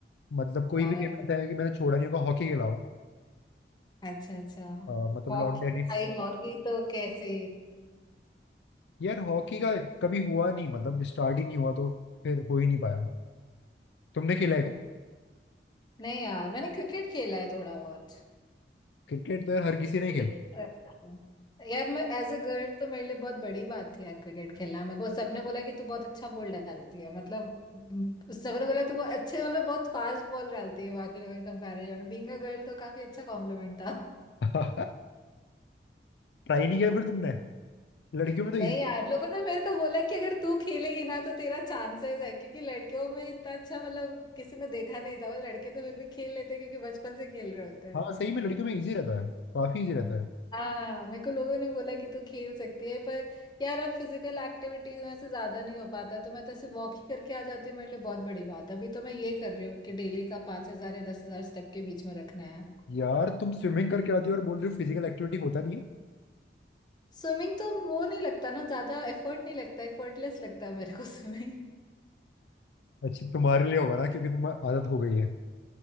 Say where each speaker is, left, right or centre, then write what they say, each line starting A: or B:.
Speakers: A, on the left; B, on the left.
A: मतलब कोई
B: वाह
A: भी गेम ऐसा है कि मैंने छोड़ा नहीं होगा हॉकी के अलावा
B: अच्छा अच्छा
A: अ, मतलब
B: हॉकी
A: लॉन टेनिस
B: भाई हॉकी तो कैसे
A: यार हॉकी का कभी हुआ नहीं मतलब स्टार्ट ही नहीं हुआ तो फिर हो ही नहीं पाया तुमने खेला है क्या
B: नहीं यार मैंने क्रिकेट खेला है थोड़ा बहुत
A: क्रिकेट तो यार हर किसी ने
B: Bowling
A: खेला
B: करती हूँ। यार मैं एज अ गर्ल तो मेरे लिए बहुत बड़ी बात थी यार क्रिकेट खेलना मेरे को सबने बोला कि तू बहुत अच्छा बॉल डालती है मतलब उम, सबने बोला तू बहुत अच्छे मतलब बहुत फास्ट बॉल डालती है बाकी लोगों के कंपैरिजन में बीइंग अ गर्ल तो काफी अच्छा कॉम्प्लीमेंट था
A: <laughs> ट्राई नहीं किया फिर तुमने लड़कियों
B: <laughs>
A: में तो इजी
B: नहीं यार लोगों ने मेरे को बोला कि अगर तू खेलेगी ना तो तेरा चांसेस है क्योंकि लड़कियों में इतना अच्छा मतलब किसी ने देखा नहीं था वो लड़के तो फिर भी खेल लेते हैं क्योंकि बचपन से खेल रहे होते हैं
A: हाँ सही में लड़कियों में इजी रहता है काफी इजी रहता है
B: हाँ मेरे को लोगों ने बोला कि तू खेल सकती है पर यार अब फिजिकल एक्टिविटीज में से ज्यादा नहीं हो पाता तो मैं तो ऐसे वॉक ही करके आ जाती हूँ मेरे लिए बहुत बड़ी बात है अभी तो मैं ये कर रही हूँ कि डेली का पांच हजार या दस हजार स्टेप के बीच में रखना है
A: यार तुम स्विमिंग करके आती हो और बोल रही हो फिजिकल एक्टिविटी होता नहीं है
B: स्विमिंग तो वो नहीं लगता ना ज्यादा एफर्ट नहीं लगता एफर्टलेस लगता है मेरे को <laughs> स्विमिंग
A: अच्छी तुम्हारे लिए होगा ना क्योंकि तुम्हें आदत हो गई है